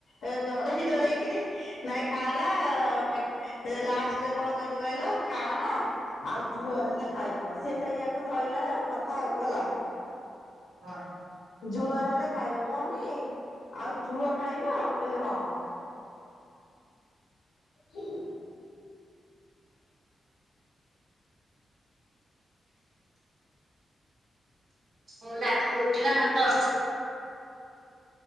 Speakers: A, on the left; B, on the right.
A: ଏ ଡରେଇ ଡରେଇକିରି ନାଇଁ ଖାଲା ପା ଲାଷ୍ଟରେ କଣ କହିଲି କହିଲ ଖାଆଲା ଆଉ ଝୁଅ
B: ବିରକ୍ତ
A: ହେଲେ ଖାଇବସ୍ ସେ ସେଇୟାକୁ ଧଇଲା ଆଉ ମ ଥାଉ ହେଲା।
B: ହଁ।
A: ଝୁଅ ହେଲେ ଖାଇବ ମମି ଆଉ ଝୁଅ ଖାଇବ? ମୁଁ କହିଲି ହଁ। ହୁଁ?
B: କଣ ରାତିରେ ରୁଟି ନାଁ ଭାତ?